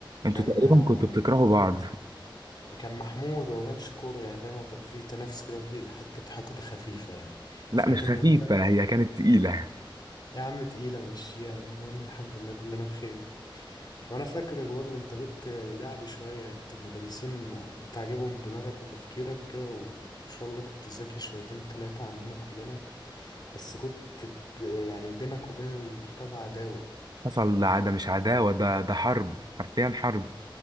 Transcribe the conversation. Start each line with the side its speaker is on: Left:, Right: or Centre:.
Right: انتوا
Left: كان
Right: تقريبا
Left: آه،
Right: كنتوا بتكرهوا بعض
Left: كان محمود هو كانش كورة يعني فاهم هو كان فيه تنافس كده وفيه حتة حقد خفيفة يعني <laughs>
Right: لا
Left: فاهمني
Right: مش خفيفة
Left: انت
Right: هي كانت تقيلة
Left: يا عم تقيلة مشيها المهم الحمد لله كلنا بخير وانا فاكر اجوار الانترنت لعب شويه يعني كانت المدرسين انت عاجبهم دماغك وتفكيرك كده وان شاء الله كنت ذكي شويتين تلاتة عننا كلنا بس كنت د- يعني بينك وبين الكتاب عداوه
Right: حصل ده ده مش عداوة ده ده حرب حرفيا حرب